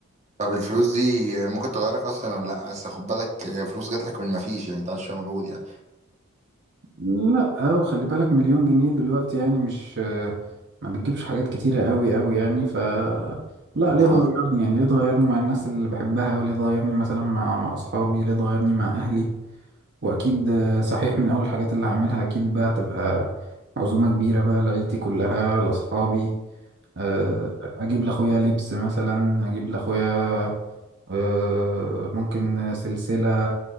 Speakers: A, on the right; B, on the right.
A: طب الفلوس دي ممكن تغيرك اصلا ولا لا بس خد بالك فلوس جات لك من ما فيش يعني انت عايز شويه مجهود يعني
B: لا وخلي بالك مليون جنيه دلوقتي يعني مش ما بتجيبش حاجات كتيرة قوي قوي يعني ف لا ليه
A: اه
B: تغيرني يعني ليه تغيرني مع الناس اللي بحبها وليه تغيرني مثلا مع مع اصحابي ليه تغيرني مع اهلي واكيد آه، صحيح من اول الحاجات اللي هعملها اكيد بقى تبقى عزومة كبيرة بقى لعيلتي كلها لاصحابي أه، اجيب لاخويا لبس مثلا اجيب لاخويا آه، ممكن سلسلة